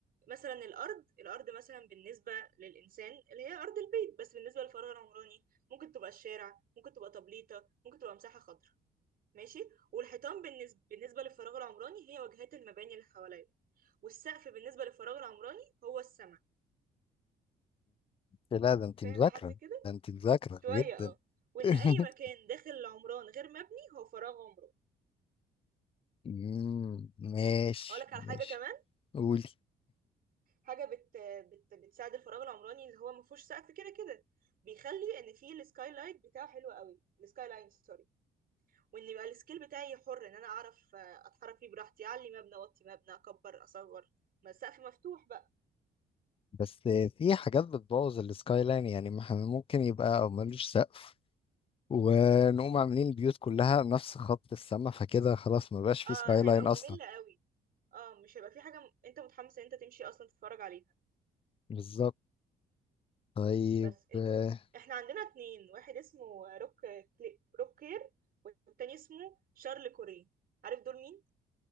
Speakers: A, on the right; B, on the left.
A: مثلا الأرض الأرض مثلا بالنسبة للإنسان اللي هي أرض البيت بس بالنسبة للفراغ العمراني ممكن تبقى الشارع ممكن تبقى طبليطة ممكن تبقى مساحة خضراء ماشي والحيطان بالنسبة, بالنسبة للفراغ العمراني هي واجهات المباني اللي حواليا والسقف بالنسبة للفراغ العمراني هو السما
B: لا ده انت
A: فاهم
B: مذاكرة
A: لحد كده
B: ده انت مذاكرة
A: شوية
B: جدا
A: اه وان
B: <laughs>
A: اي مكان داخل العمران غير مبني هو فراغ عمراني
B: مم، ماشي
A: اقول لك على
B: ماشي
A: حاجة كمان
B: قولي
A: حاجة بت... بت... بتساعد الفراغ العمراني اللي هو ما فيهوش سقف كده كده بيخلي ان فيه السكاي لايت بتاعه حلو قوي السكاي لاين سوري وان يبقى السكيل بتاعي حر ان انا اعرف آه، اتحرك فيه براحتي اعلي مبنى اوطي مبنى اكبر اصغر ما السقف مفتوح بقى
B: بس في حاجات بتبوظ السكاي لاين يعني ما احنا ممكن يبقى او ملوش سقف ونقوم عاملين البيوت كلها نفس خط السما فكده خلاص ما بقاش في
A: اه
B: سكاي لاين
A: هيبقى ممل
B: اصلا
A: قوي اه مش هيبقى في حاجة م- انت متحمس ان انت تمشي اصلا تتفرج عليها
B: بالظبط طيب
A: بس إن...
B: آه،
A: احنا عندنا اتنين واحد اسمه روك كلي... روك كير والتاني اسمه شارل كوري عارف دول مين؟